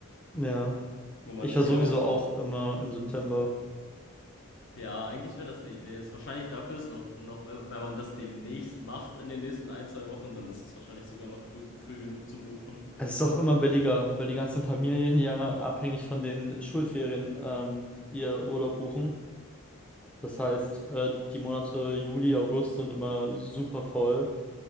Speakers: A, in the centre; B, on the left.
A: ja.
B: wo man
A: Ich
B: hier
A: war sowieso
B: auch
A: auch immer im September.
B: Ja, eigentlich wäre das eine Idee. Ist wahrscheinlich dafür ist noch, noch, wenn wenn man das demnächst macht, in den nächsten ein, zwei Wochen, dann ist es wahrscheinlich sogar noch früh, früh genug zum Buchen.
A: Es ist auch immer billiger, weil die ganzen Familien ja abhängig von den Schulferien ähm, ihr Urlaub buchen. Das heißt, äh, die Monate Juli, August sind immer super voll,